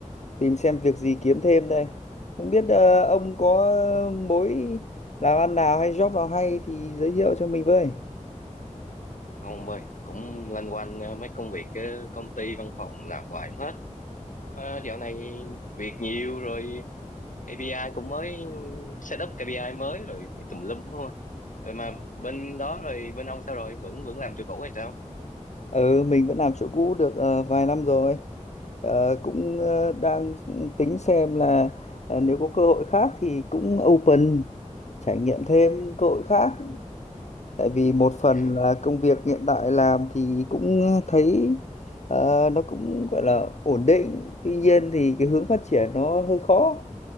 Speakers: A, on the left; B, on the left.
A: tìm xem việc gì kiếm thêm đây. Không biết ờ, ông có mối làm ăn nào hay job nào hay thì giới thiệu cho mình với.
B: Không ơi, cũng loanh quanh ờ, mấy công việc ờ, công ty văn phòng làm hoài không hết. Ờ, dạo này việc nhiều rồi KPI cũng mới set up KPI mới rồi phải tùm lum thôi. Rồi mà bên đó rồi bên ông sao rồi? Vẫn vẫn làm chỗ cũ hay sao?
A: Ừ, mình vẫn làm chỗ cũ được ờ, vài năm rồi. Ờ, cũng ờ, đang tính xem là ờ, nếu có cơ hội khác thì cũng open trải nghiệm thêm cơ hội khác. Tại vì một phần
B: Dạ.
A: là công việc hiện tại làm thì cũng thấy ờ, nó cũng gọi là ổn định. Tuy nhiên thì cái hướng phát triển nó hơi khó.